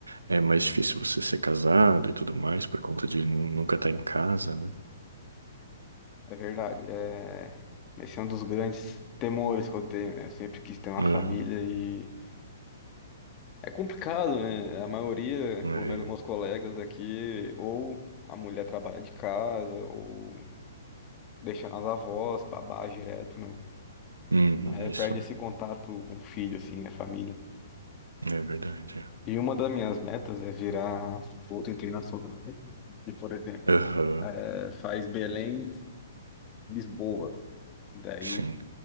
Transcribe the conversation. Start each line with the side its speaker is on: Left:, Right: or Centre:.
Right: É mais difícil você ser casado e tudo mais por conta de nu- nunca estar em casa, né?
Left: É verdade. É... Esse é um dos grandes temores que eu tenho, né? Eu sempre quis ter uma
Right: Aham,
Left: família e é complicado, né? A maioria,
Right: é.
Left: pelo menos meus colegas aqui, ou a mulher trabalha de casa, ou deixa nas avós, babá direto, né?
Right: Uhum,
Left: Mas aí
Right: isso
Left: perde esse contato com o filho, assim, né? a família.
Right: é. É verdade. é.
Left: E uma das minhas metas é virar outro internacional. E, por exemplo,
Right: Aham,
Left: eh, faz Belém, Lisboa. Daí,
Right: sim.